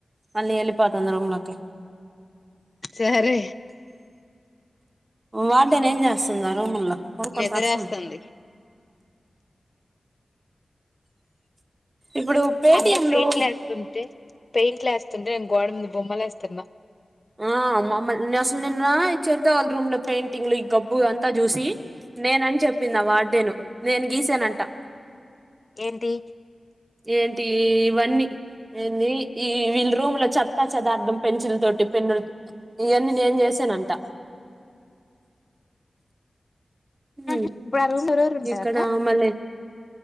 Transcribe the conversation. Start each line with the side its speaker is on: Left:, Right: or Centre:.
Right: మళ్ళీ వెళి పంతొంద్రలాక
Left: సరే
Right: వాటినే ఏం చేస్తుందా రూముల్లో కొనుక్కొని
Left: నిద్రేస్తుంది
Right: చేస్తుంది ఇప్పుడు పేటిఎం
Left: అంద పెయింట్లు
Right: లో
Left: వేస్తుంటే పెయింట్లు వేస్తుంటే నేను గోడ మీద బొమ్మలు వేస్తున్నా
Right: ఆ మమ్మల్నిను అసలు నిన్న చేరితే వాళ్ళ రూమ్ లో పెయింటింగ్లు ఈ గబ్బు అంతా చూసి నేనని చెప్పిందా వాడదేను నేను గీసానంట <unintelligible>
Left: ఏంటి
Right: ఏంటి ఇవన్నీ ఏంది ఈ వీళ్ళ రూమ్ లో చెత్తా చదార్థం పెన్సిల్ తోటి పన్నుల ఇవన్నీ నేను చేసానంట హ
Left: ఇప్పుడు ఆ రూమ్ లో ఎవరెవరు ఉంటారు
Right: ఇక్కడ
Left: అక్క
Right: ఆమలే